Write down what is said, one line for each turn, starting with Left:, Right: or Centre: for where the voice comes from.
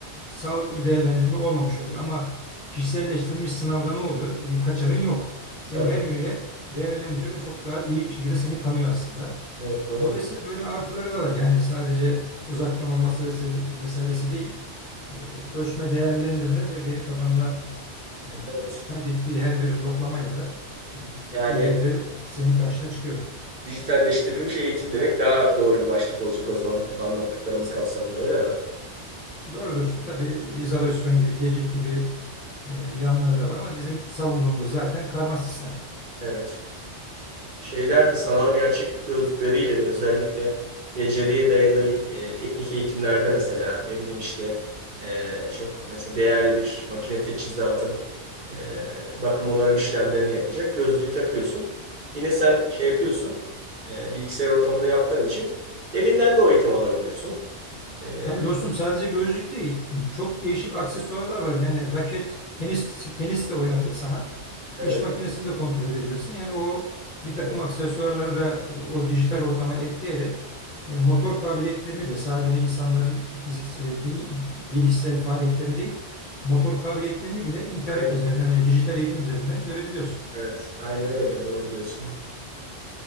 Left: Sağlıklı bir değerlendirme olmamış oluyor. Ama kişiselleştirilmiş sınavda ne oluyor? E, Kaçarın yok. Seni
Right: Tabii,
Left: her yönüyle değerlendiriyor ve çok daha iyi şekilde seni tanıyor aslında.
Right: evet doğru.
Left: Dolayısıyla böyle artıları da var. Yani sadece uzaktan olması vesaire- vesairesi değil. E, ölçme, değerlendirme ve veri tabanına e,
Right: Evet.
Left: kaydettiği her bir loklamayla da e,
Right: Yani
Left: ileride senin karşına çıkıyor.
Right: Dijitalleştirilmiş eğitim demek daha doğru bir başlık olacak o zaman bu anlattıklarımız kapsamında öyle mi?
Left: Doğru diyorsun. Tabii izolasyon gibi, tecrit gibi e, yanları da var ama bizim savunduğumuz zaten karma sistem.
Right: Evet. Şeyler de sanal gerçeklik gözlükleriyle de özellikle beceriye dayalı e, teknik eğitimlerde mesela ne bileyim işte e, çok mesela değerli bir makine teçhizatın e, bakım onarım işlemlerini yapacak gözlüğü takıyorsun. Yine sen şey yapıyorsun e, bilgisayar ortamında yaptığın için evinden de o eğitimi alabiliyorsun. E,
Left: Tabii dostum sadece gözlük değil. Çok değişik aksesuarlar var. Yani raket, tenis, tenis de oynatır sana.
Right: evet,
Left: İş makinesini de kontrol edebilirsin. Yani o bir takım
Right: evet,
Left: aksesuarları da o dijital ortama ekleyerek e, motor kabiliyetlerini de sadece insanların fizik, e, beyin- bilişsel faaliyetlerini değil, motor kabiliyetlerini bile internet
Right: aynen.
Left: üzerinden veya dijital eğitim üzerinden görebiliyorsun.
Right: Evet, aynen öyle. Doğru diyorsun.